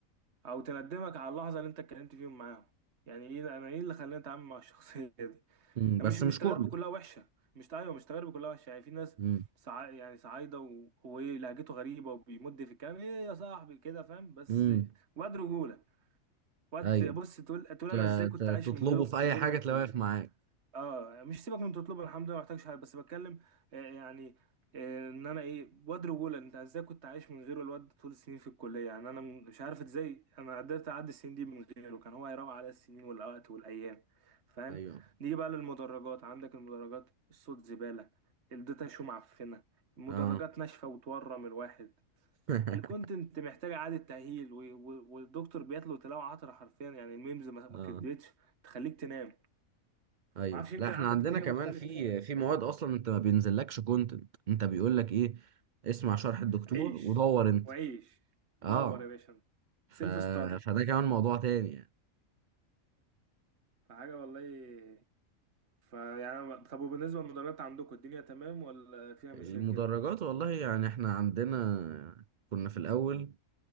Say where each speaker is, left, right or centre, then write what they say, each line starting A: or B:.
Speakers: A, on the right; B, on the right.
A: او تندمك على اللحظه اللي انت اتكلمت فيهم معاهم يعني ايه انا ايه اللي خلاني اتعامل مع الشخصيه دي
B: مم.
A: يعني
B: بس
A: مش مش
B: مش
A: تجاربي
B: كله
A: كلها وحشه مش ايوه مش تجاربي كلها وحشه يعني في ناس
B: مم.
A: سع... يعني صعايده وهو ايه لهجته غريبه وبيمد في الكلام ايه يا صاحبي كده فاهم بس
B: مم.
A: واد رجوله واد
B: ايوه
A: بص تقول تقول
B: ت-
A: انا ازاي كنت
B: ت-
A: عايش
B: تطلبه
A: من غيره
B: في اي
A: غيره
B: حاجه
A: في الكليه
B: تلاقيه واقف معاك
A: اه مش سيبك من تطلبها الحمد لله ما محتاجش حاجه بس بتكلم آه، يعني آه، ان انا ايه واد رجوله انت ازاي كنت عايش من غيره الواد طول السنين في الكليه يعني انا م- مش عارف ازاي انا قدرت اعدي السنين دي من غيره كان هو هيروق على السنين والوقت والايام فاهم
B: ايوه
A: نيجي بقى للمدرجات عندك المدرجات الصوت زباله الداتا شو معفنه المدرجات
B: اه
A: ناشفه وتورم الواحد
B: <laughs>
A: الكونتنت محتاج اعاده تاهيل و- و- والدكتور بيتلو تلاوه عطره حرفيا يعني الميمز ما ما
B: اه
A: كدتش تخليك تنام
B: ايوه
A: ما اعرفش يمكن
B: لا احنا
A: عندك
B: عندنا
A: الدنيا
B: كمان
A: مختلفة
B: في في مواد اصلا انت ما بينزلكش كونتنت انت بيقول لك ايه اسمع شرح الدكتور
A: عيش
B: ودور انت
A: وعيش ودور
B: اه
A: يا باشا انت
B: ف...
A: سيلف ستادي
B: فده كمان موضوع تاني يعني
A: فحاجة والله فيعني أنا- طب وبالنسبة للمدرسة عندكم الدنيا تمام ولا فيها مشاكل؟
B: المدرجات والله يعني احنا عندنا كنا في الأول